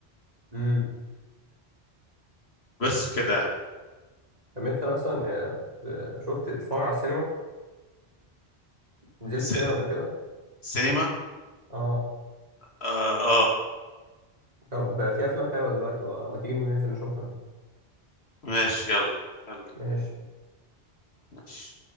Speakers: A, on the right (about 40°); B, on the left (about 75°).
A: امم
B: بس كده يعني.
A: طب انت مثلا آه، ب- شفت تتفرج على السينما نزلت
B: س-
A: سينما قبل كده
B: سينما
A: اه
B: اه, آه
A: طب في افلام حلوه دلوقتي بقى ما تيجي ننزل نشوفها
B: ماشي يلا يلا
A: ماشي
B: ماشي